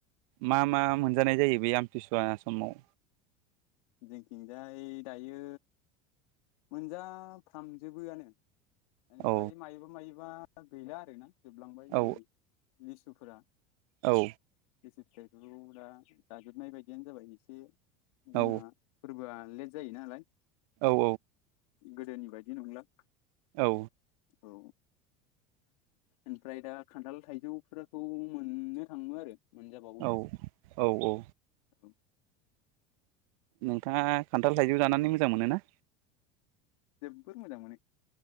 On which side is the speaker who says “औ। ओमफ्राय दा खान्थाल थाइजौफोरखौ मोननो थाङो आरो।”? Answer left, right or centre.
Left